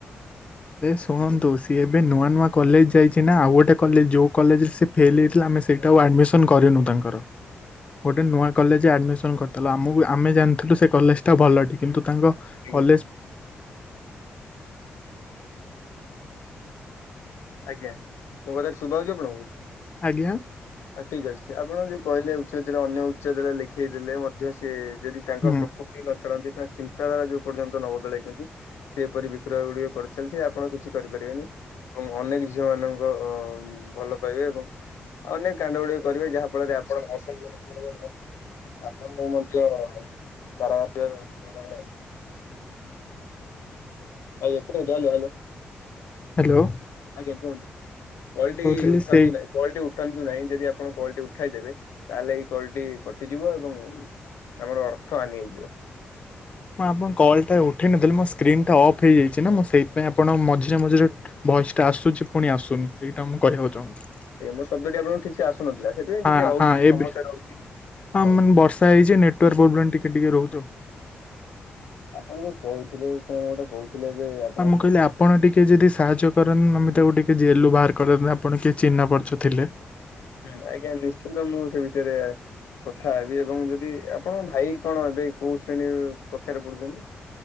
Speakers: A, on the left; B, on the left.
A: ଆରେ ଶୁଣନ୍ତୁ ସିଏ ଏବେ ନୂଆ ନୂଆ କଲେଜ୍ ଯାଇଚି ନା ଆଉ ଗୋଟେ କଲେଜ ଯୋଉ କଲେଜରେ ସେ ଫେଲ୍ ହେଇଥିଲା ଆମେ ସେଇଟା ଆଉ ଆଡମିସନ୍ କରିନୁ ତାଙ୍କର। ଗୋଟେ ନୂଆ କଲେଜ୍ ରେ ଆଡ଼ମିସନ୍ କରିଥିଲୁ। ଆମକୁ ଆମେ ଜାଣିଥିଲୁ ସେ କଲେଜଟା ଭଲ। କିନ୍ତୁ ତାଙ୍କ
B: ଆଜ୍ଞା
A: କଲେଜ୍
B: ଆଜ୍ଞା। ମୋ କଥା ଟି ଶୁଭା ଯାଉଚି ଆପଣଙ୍କୁ?
A: ଆଜ୍ଞା।
B: ହଁ ଠିକ୍ ଅଛି। ଆପଣ ଯୋଉ କହିଲେ ଉଚ୍ଚ ବିଦ୍ୟାଳୟ ଅନ୍ୟ ଉଚ୍ଚ ବିଦ୍ୟାଳୟ ଲେଖେଇ ଦେଲେ ମଧ୍ୟ ସିଏ ଯଦି ତାଙ୍କ
A: ହୁଁ
B: ପ୍ରକୃତି ନ ଛାଡନ୍ତି, ତାଙ୍କ ଚିନ୍ତାଧାରା ଯୋଉ ପର୍ଯ୍ୟନ୍ତ ନ ବଦଳାଇଛନ୍ତି, ସେପରି ବିକ୍ରୟ ଗୁଡିକ କରିଚାଲିଥିବେ ଆପଣ କିଛି କରିପାରିବେନି। ଅନେକ ଝିଅ ମାନଙ୍କ ଭଲ ପାଇବେ। ଏବଂ ଆଉ ଅନେକ କାଣ୍ଡ ଗୁଡିକ କରିବେ। ଯାହା ଫଳରେ ଆପଣ। <unintelligible> ଆପଣଙ୍କୁ ମଧ୍ୟ। <unintelligible> ଆଜ୍ଞା। କୁହନ୍ତୁ ହାଲୋ ହାଲୋ।
A: ହାଲୋ।
B: ଆଜ୍ଞା କୁହନ୍ତୁ। କଲ୍ ଟି
A: କହୁଥିଲି
B: ଉଠାନ୍ତୁ
A: ସେଇ
B: ନାହିଁ। କଲ୍ ଟି ଉଠାନ୍ତୁ ନାହିଁ। ଯଦି ଆପଣ କଲ୍ ଟି ଉଠାଇଦେବେ ତାହେଲେ ଏଇ କଲ୍ ଟି କଟିଯିବ। ଏବଂ ଆମର ଅର୍ଥ ହାନି ହେଇଯିବ।
A: ମୁଁ ଆପଣ କଲ୍ ଟା ଉଠେଇ ନଥିଲି ମୋ ସ୍କ୍ରିନ୍ ଟା ଅଫ୍ ହେଇଯାଇଚି ନା ମୁଁ ସେଇଥିପାଇଁ ଆପଣ ମଝିରେ ମଝିରେ ଭଏସ୍ ଟା ଆସୁଚି ପୁଣି ଆସୁନି। ସେଇଟା ମୁଁ କହିବାକୁ ଚାହୁଁଚି।
B: ଏ ମୋ ଶବ୍ଦଟି ଆପଣଙ୍କୁ ଠିକ୍ ସେ ଆସୁନଥିଲା। ସେଥିପାଇଁ
A: ହଁ
B: ଟିକେ ହଉଚି
A: ହଁ
B: ସମସ୍ୟା
A: ଏବେ
B: ରହୁଚି
A: ହଁ
B: ହଉ।
A: ମାନେ ବର୍ଷା ହେଇଚି ନେଟ୍ ନେଟୱର୍କ ପ୍ରୋବ୍ଲେମ୍ ଟିକେ ଟିକେ ରହୁଚି ଆଉ।
B: ଆପଣ ଯୋଉ କହୁଥିଲେ କଣ ଗୋଟେ କହୁ ତାହେଲେ ଏବେ ଆ
A: ମୁଁ କହିଲି ଆପଣ ଟି କେ ଯଦି ସାହାଯ୍ୟ କରନ୍ ଆମେ ତାକୁ ଟିକେ ଜେଲ୍ ରୁୁ ବାହାର କରିଦିଅନ୍ତୁ, ଆପଣ କିଏ ଚିହ୍ନା ପରିଚ ଥିଲେ।
B: ହୁଁ। ଆଜ୍ଞା ନିଶ୍ଚିନ୍ତ ମୁଁ ସେ ବିଷୟରେ କଥା ହେବି। ଏବଂ ଯଦି ଆପଣଙ୍କ ଭାଇ କଣ ଏବେ କୋଉ ଶ୍ରେଣୀ କକ୍ଷାରେ ପଢ଼ୁଛନ୍ତି?